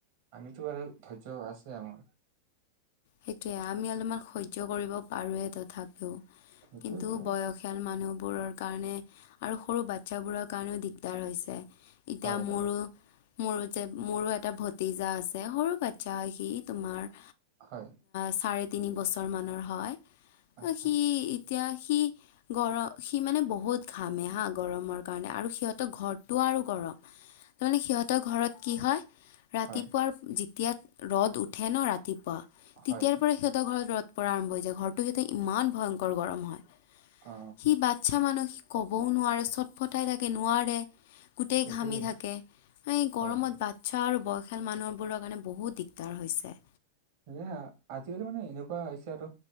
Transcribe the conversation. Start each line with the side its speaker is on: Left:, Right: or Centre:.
Right: আমিতো আৰু ধ আছে আমাৰ।
Left: সেইটোয়ে আমি অলপমান সহ্য কৰিব পাৰোৱে তথাপিও।
Right: সেইটোৱেতো
Left: কিন্তু বয়সিয়াল মানুহ বোৰৰ কাৰণে আৰু সৰু বাচ্ছাবোৰৰ কাৰণেও দিগদাৰ হৈছে। এতিয়া
Right: হয় হয়
Left: মোৰো মোৰ যে মোৰো এটা ভতিজা আছে সৰু বাচ্ছা আহি তোমাৰ
Right: হয়
Left: চাৰে তিনি বছৰ মানৰ হয়,
Right: আচ্ছা
Left: সি এতিয়া সি গৰম সি মানে বহুত ঘামে হা, গৰমৰ কাৰণে আৰু সিহঁতৰ ঘৰটো আৰু গৰম তাৰমানে সিহঁতৰ ঘৰত কি হয় ৰাতিপুৱাৰ
Right: হয়
Left: যেতিয়া ৰ'দ উঠে ন ৰাতিপুৱা
Right: হয়
Left: তেতিয়াৰ
Right: হয়।
Left: পৰা সিহঁতৰ ঘৰত ৰ'দ পৰা আৰম্ভ হৈ যায়, ঘৰটো সিহঁতে ইমান ভয়ংকৰ গৰম হয়।
Right: অ
Left: সি বাচ্ছা মানুহিক ক'বও নোৱাৰে চটফটাই থাকে নোৱাৰে গোটেই
Right: সেইটোৱে
Left: ঘামি থাকে এই
Right: হয়
Left: গৰমত
Right: হয়
Left: বাচ্ছা আৰু বয়স বয়সীয়াল মানুহবোৰৰ কাৰণে বহুত দিগদাৰ হৈছে।
Right: এ আজিকালি মানে এনেকুৱা হৈছে আৰু